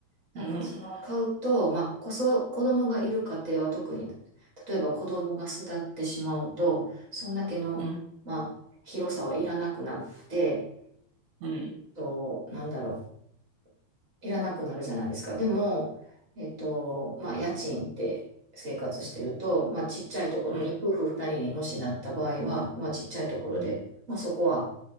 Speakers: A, on the right; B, on the right.
A: なんかその買うと、
B: うん、
A: まあこそ、子供がいる家庭は特に、例えば子供が巣立ってしまうと、そんだけの、
B: うん、
A: まあ広さはいらなくなって、
B: うん、
A: と、なんだろう。いらなくなるじゃないですか。でも、えっと、まあ、家賃って生活してると、まあ、ちっちゃいところに、
B: うん、
A: 夫婦二人にもしなった場合は、まあ、ちっちゃいところで、
B: うん、
A: まあ、そこは、